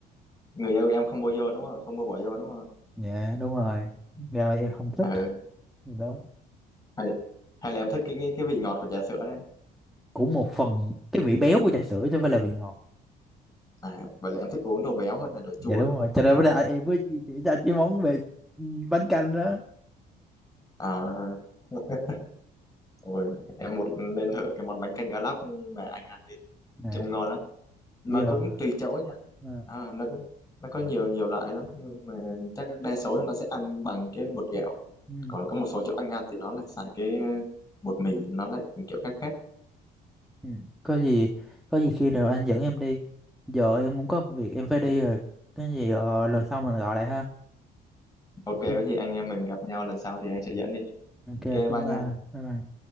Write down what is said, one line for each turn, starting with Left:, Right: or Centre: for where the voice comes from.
Left: người yêu em không mua vô đúng không không mua bỏ vô đúng không
Centre: dạ đúng rồi do em không thích
Left: ừ.
Centre: đó
Left: hay, hay là em thích cái cái cái vị ngọt của trà sữa đấy
Centre: cũng một phần cái vị béo của trà sữa chứ không phải là vị ngọt
Left: à vậy là em thích uống đồ béo hơn là đồ
Centre: dạ
Left: chua
Centre: đúng
Left: đúng
Centre: rồi
Left: không
Centre: cho nên bây giờ em mới di chuyển ra cái món về ừ, bánh canh đó
Left: à <laughs> Ôi, em một nên thử cái món bánh canh cá lóc mà anh ăn đi
Centre: à,
Left: trông ngon lắm mà
Centre: giờ
Left: cũng tùy chỗ nha
Centre: à,
Left: à, nó có nó có nhiều nhiều loại lắm nhưng mà chắc đa số nó sẽ ăn bằng cái bột gạo
Centre: ừ,
Left: còn có một số chỗ anh ăn thì nó lại xài cái bột mì nó lại kiểu khác khác
Centre: ừ. có gì có gì khi nào anh dẫn em đi giờ em cũng có việc em phải đi rồi cái gì ờ, lần sau mình gọi lại ha
Left: ok
Centre: ok
Left: có gì anh em mình gặp nhau lần sau thì anh sẽ dẫn đi
Centre: ok
Left: ok
Centre: bye
Left: bye nha
Centre: bye anh bye bye